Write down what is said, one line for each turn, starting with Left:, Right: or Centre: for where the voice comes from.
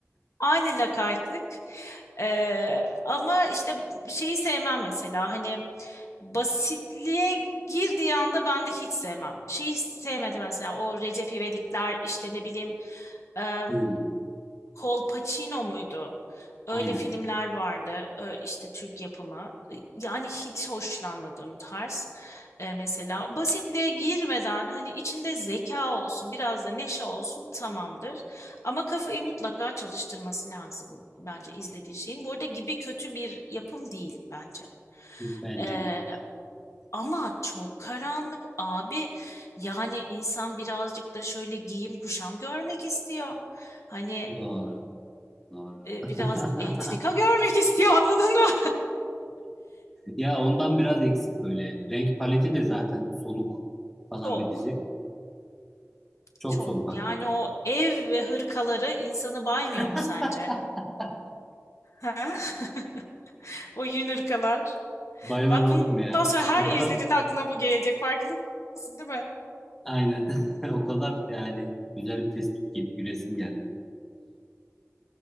Left: Aynı lakaytlık. Ee, ama işte şeyi sevmem mesela hani basitliğe girdiği anda ben de hiç sevmem. Şeyi sevmedim mesela o Recep İvedikler işte ne bileyim e,
Centre: Hmm.
Left: Colpacino muydu? Öyle
Centre: Aynen.
Left: filmler vardı e, işte Türk yapımı. E, Yani hiç hoşlanmadığım tarz. E, mesela basitliğe girmeden hani içinde zeka olsun, biraz da neşe olsun tamamdır. Ama kafayı mutlaka çalıştırması lazım bence izlediğin şeyin. Bu arada gibi kötü bir yapım değil bence.
Centre: Bence
Left: E,
Centre: de değil.
Left: ama çok karanlık abi. Yani insan birazcık da şöyle giyim kuşam görmek istiyor. Hani
Centre: Doğru. Doğru.
Left: e,
Centre: <laughs>
Left: biraz entrika görmek <laughs> istiyor anladın mı?
Centre: Ya ondan biraz eksik böyle. Renk paleti de zaten soluk
Left: <laughs>
Centre: falan
Left: Çok
Centre: bir dizi. Çok
Left: çok
Centre: soluk hakikaten.
Left: yani o ev ve hırkaları insanı baymıyor
Centre: <laughs>
Left: mu sence? Ha? <laughs> O yün hırkalar.
Centre: Baymaz
Left: Bak
Centre: olur
Left: bundan
Centre: mu ya?
Left: sonra
Centre: Yani
Left: her
Centre: o kadar
Left: izlediğinde aklına bu gelecek farkındasın değil mi?
Centre: aynen. <laughs> O kadar yani güzel bir tespit gibi gülesim geldi.